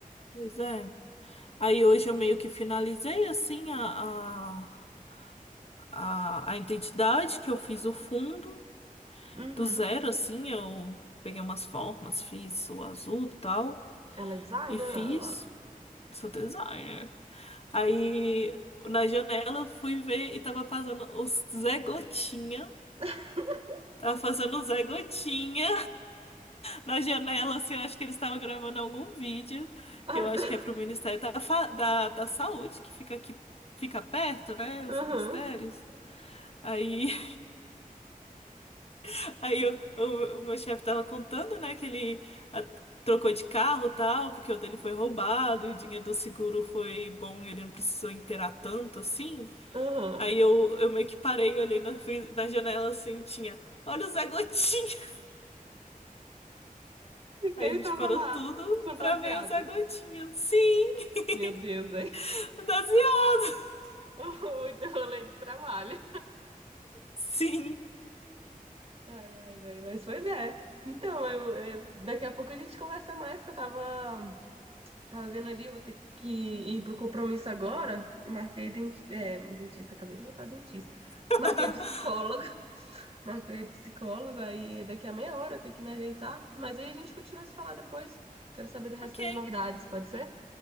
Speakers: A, on the left; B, on the right.
A: Pois é. Aí hoje eu meio que finalizei assim a, a, a, a identidade que eu fiz o fundo
B: Uhum.
A: do zero, assim, eu peguei umas formas, fiz o azul e tal,
B: Ela é designer,
A: e fiz,
B: ela.
A: sou designer. Aí na janela eu fui ver e tava passando o Zé Gotinha
B: <laughs>
A: Tava fazendo o Zé Gotinha na janela, assim, eu acho que eles estavam gravando algum vídeo,
B: Ah,
A: que eu acho
B: tá.
A: que é pro Ministério da, Fa- da, da Saúde, que fica aqui, fica perto, né, os
B: Aham.
A: ministérios. Aí, <laughs> aí eu- o, o meu chefe tava contando, né, que ele ah, trocou de carro e tal, porque o dele foi roubado, e o dinheiro do seguro foi bom, e ele não precisou inteirar tanto, assim.
B: Aham.
A: Aí eu, eu meio que parei, olhei na, fui na janela, assim, tinha, olha o Zé Gotinha! Aí
B: Ele
A: a gente
B: tava
A: parou
B: lá,
A: tudo
B: fantasiado.
A: pra ver o Zé Gotinha. Sim!
B: Meu
A: <laughs>
B: Deus, velho.
A: 12 anos!
B: <laughs> Muito rolê de trabalho.
A: Sim!
B: Ai, ai, velho. Mas pois é. Então, eu, é, daqui a pouco a gente conversa mais, que eu tava Tava vendo ali, eu vou ter que ir pro compromisso agora. Marquei denti- é, dentista, acabei de voltar dentista.
A: <laughs>
B: Marquei psicólogo, <laughs> marquei psicólogo, aí daqui a meia hora eu tenho que me ajeitar. Mas aí a gente continua a se falar depois. Quero saber do resto
A: Ok,
B: das novidades, pode ser?